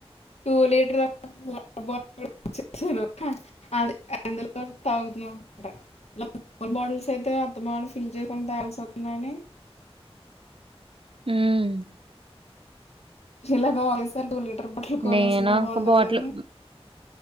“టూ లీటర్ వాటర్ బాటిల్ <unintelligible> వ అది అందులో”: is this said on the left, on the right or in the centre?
Left